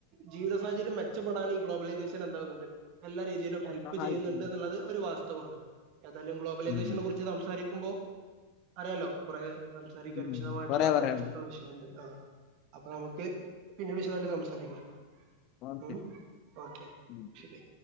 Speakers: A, on the right; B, on the left.
A: ജീവിത സാഹചര്യം മെ മെച്ചപ്പെടാൻ ഈ ഗ്ലോബലൈസേഷൻ എന്താകുന്നുണ്ട് എല്ലാ രീതിയിലും ഹെൽപ്
B: സഹായിക്കുന്നു.
A: ചെയ്യുന്നുണ്ട് എന്നുള്ളത് ഒരു വാസ്തവമാണ് ഏതാലും ഗ്ലോബലൈസേഷനെ
B: ഉം.
A: കുറിച്ച് സംസാരിക്കുമ്പോ അറിയാലോ കുറേ സംസാരിക്കാൻ
B: ഉം
A: വിശദമായ്ട്ട്ള്ള
B: കൊറേ പറയാനുണ്ട്
A: ചർച്ചക്ക്ള്ള വിഷ ആ അപ്പൊ നമുക്ക് പിന്നീട് വിശദായിട്ട് സംസാരിക്കാ
B: ഓക്കെ
A: ഉം ഓക്കെ
B: ഉം
A: ശരി